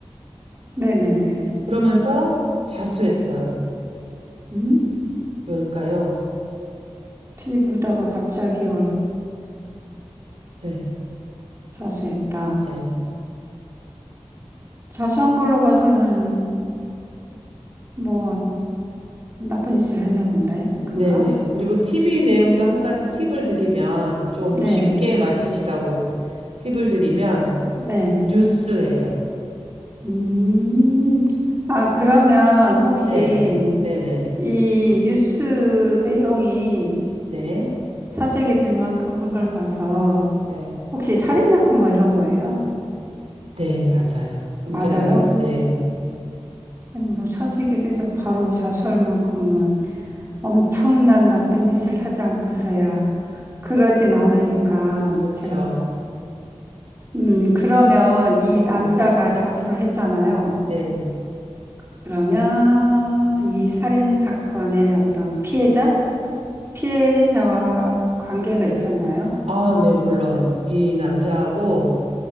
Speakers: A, on the right; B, on the right.
A: 네네네.
B: 그러면서 자수했어요.
A: 음?
B: 왜일까요?
A: TV 보다가 갑자기 얼굴
B: 네.
A: 자수했다.
B: 네.
A: 자수한 걸로 봐서는 뭐 나쁜 짓을 했나 본데,
B: 네네.
A: 그런가?
B: 그리고 TV 내용도 한 가지 팁을 드리면, 좀
A: 네,
B: 쉽게 맞히시라고 팁을 드리면,
A: 네.
B: 뉴스예요.
A: 음, 아, 그러면 혹시
B: 네, 네네.
A: 이 뉴스 내용이
B: 네,
A: 사색이 될 만큼 한 걸 봐서
B: 네.
A: 혹시 살인사건 뭐 이런 거예요?
B: 네, 맞아요. 굉장히,
A: 맞아요?
B: 네.
A: 아니, 뭐 사색이 돼서 바로 자수할 만큼은 엄청난 나쁜 짓을 하지 않고서야 그러진 않으니까
B: 그렇죠.
A: 제가, 음, 그러면 이
B: 네,
A: 남자가 자수를 했잖아요.
B: 네.
A: 그러면 이 살인사건의 어떤 피해자? 피해자와 관계가 있었나요?
B: 아, 네, 물론. 이 남자하고,